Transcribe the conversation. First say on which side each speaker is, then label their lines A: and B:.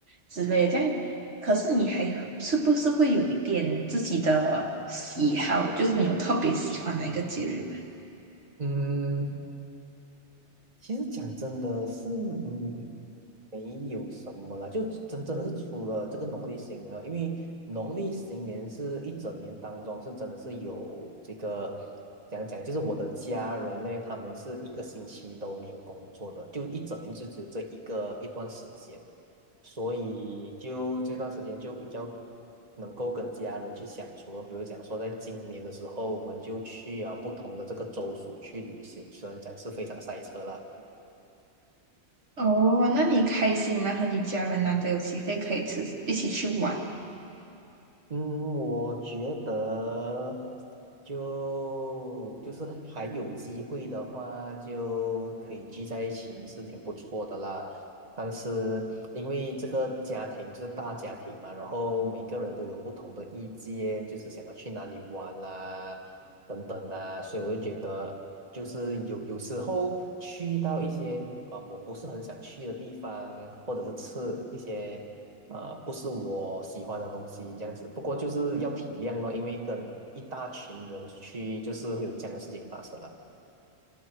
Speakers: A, on the right (about 85°); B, on the right (about 35°).
A: 之类的，这样可是你还是不是会有一点自己的喜好，就是你有特别喜欢哪一个节日吗
B: 嗯，其实讲真的是，嗯，没有什么啦，就真真的是除了这个农历新年了因为农历新年是一整年当中是真的是有这个讲讲，就是我的家人呢，他们是一个星期都没有工作的，就一整年就只有这一个一段时间，所以就这段时间就比较能够跟家人去相处了。比如讲说，在今年的时候，我们就去啊不同的这个州属去旅行，虽然讲是非常塞车啦。
A: 哦，那你开心吗？和你家人难得有机会可以吃，一起去玩。
B: 嗯，我觉得就就是还有机会的话，就可以聚在一起是挺不错的啦。但是因为这个家庭就是大家庭嘛，然后每个人都有不同的意见，就是想要去哪里玩啦，等等啦，所以我就觉得，就是有有时候去到一些啊，呃我不是很想去的地方，或者是吃一些呃，不是我喜欢的东西这样子。不过就是要体谅咯，因为跟一大群人出去，就是会有这样的事情发生了。